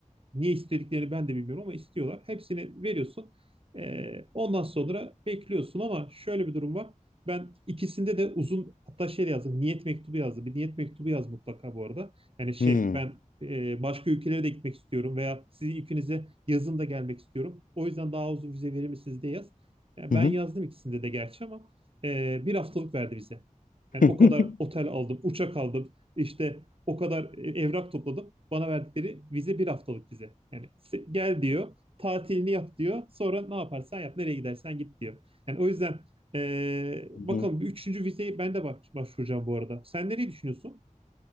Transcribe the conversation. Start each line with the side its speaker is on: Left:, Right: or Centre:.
Right: Niye istediklerini ben de bilmiyorum ama istiyorlar. Hepsini veriyorsun. Ee, ondan sonra bekliyorsun ama şöyle bir durum var. Ben ikisinde de uzun hatta şey yazdım. Niyet mektubu yazdım. Bir niyet mektubu yaz mutlaka bu arada. Yani şey
Left: Hmm.
Right: ben e, başka ülkelere de gitmek istiyorum veya sizin ikinize yazın da gelmek istiyorum. O yüzden daha uzun vize verir misiniz diye yaz. Yani
Left: Hı
Right: ben
Left: hı.
Right: yazdım ikisinde de gerçi ama e, bir haftalık verdi bize. Yani
Left: <laughs>
Right: o kadar otel aldım, uçak aldım, işte o kadar e, evrak topladım. Bana verdikleri vize bir haftalık vize. Yani gel diyor, tatilini yap diyor. Sonra ne yaparsan yap, nereye gidersen git diyor. Yani o yüzden eee,
Left: Hı
Right: bakalım
Left: hı.
Right: bir üçüncü vizeyi ben de baş- başvuracağım bu arada. Sen nereyi düşünüyorsun?